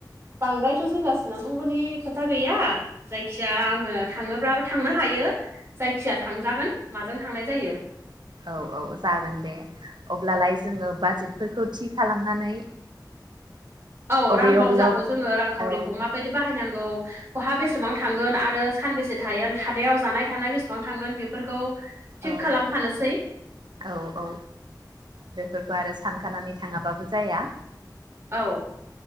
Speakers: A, on the right; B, on the right.
A: बांद्रायथ' जिंगासिनांगौनि खोथा गैया। जायखिजाया आङो थाङोब्लाबो थांनो हायो जायखिया थांजागोन माजों थांनाय जायो।
B: औ औ जागोन दे अब्लालाय जोङो बाजेटफोरखौ थि खालामनानै।
A: औ
B: अबे
A: रां बावजाखौ
B: अबेयाव
A: जोङो रांखावरिखौ
B: औ
A: माबायदि बाहायनांगौ। बहा बेसेबां थांगोन आरो सानबेसे थाहैगोन थानायाव जानाय थानाय बेसेबां थांगोन बेफोरखौ। थिग
B: औ
A: खालामखानोसै
B: औ औ बेफोरखौ आरो सानखानानै थाङाबाबो जाया।
A: औ